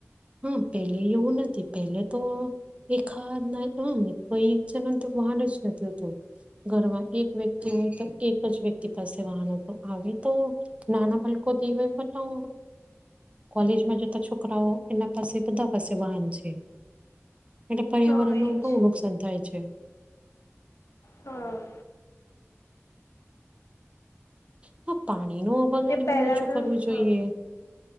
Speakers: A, on the right; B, on the left.
A: હા પેલે એવું નથી પેલે તો એખાદ ના હ કઈ જન વાડ જ નથી હોતું. ઘરમાં એક વ્યક્તિ હોય તો એક જ વ્યક્તિ પાસે વાહનો આવે તો નાના બાળકો દ હોય બતા કોલેજમાં જતા છોકરાઓ. એના પાસે બધા પાસે વાહન છે, એટલે પર્યાવરણનું
B: હા એ
A: બહુ
B: જ
A: નુકસાન થાય છે.
B: હા.
A: હા પાણી નો અ બગાડ
B: ને પહેલાના
A: બી ઓછો કરવું
B: હા
A: જોઈએ.